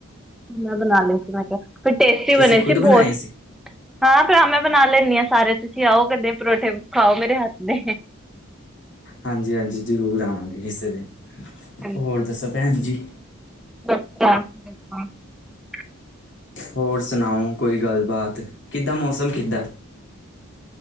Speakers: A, in the centre; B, on the left (about 55°).
A: ਮੈਂ ਬਣਾ ਲਏ ਸੀ ਮੈਂ ਕਿਆ ਟੇਸਟੀ
B: ਤੁਸੀਂ
A: ਬਣੇ
B: ਖੁਦ
A: ਸੀ
B: ਬਣਾਏ
A: ਬੋਤ। ਹਾਂ ਫਿਰ ਆ ਮੈਂ ਬਣਾ ਲੈਨੀ ਆ ਸਾਰੇ ਤੁਸੀਂ ਆਓ ਕਦੇ ਪਰੌਠੇ ਖਾਓ ਮੇਰੇ ਹੱਥ ਦੇ।
B: ਹਾਂਜੀ-ਹਾਂਜੀ ਜ਼ਰੂਰ ਆਵਾਂਗੇ ਕਿਸੇ ਦਿਨ।
A: ਹਾਂਜੀ
B: ਹੋਰ ਦੱਸੋ ਭੈਣ ਜੀ।
A: <unintelligible>
B: ਹੋਰ ਸੁਣਾਓ ਕੋਈ ਗੱਲਬਾਤ, ਕਿੱਦਾਂ ਮੌਸਮ ਕਿੱਦਾਂ?